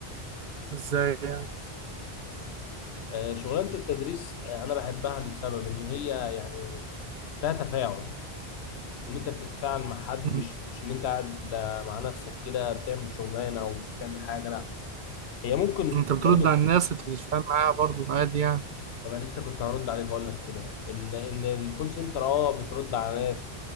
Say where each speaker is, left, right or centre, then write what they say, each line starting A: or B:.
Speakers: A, on the right; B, on the left.
A: إزاي يعني؟
B: آه، شغلانة التدريس آه، أنا بحبها لسبب إن هي يعني فيها تفاعل ان انت بتتفاعل مع حد
A: مم.
B: مش مش ان انت قاعد لا- مع نفسك كده بتعمل شغلانه او بتعمل حاجه هي ممكن
A: أنت بترد
B: برضو
A: على الناس أنت بتتفاهم معاها برضو عادي يعني
B: ما انا لسه كنت هرد عليك اقول لك كده ال- ان الكول سنتر اه بترد على ناس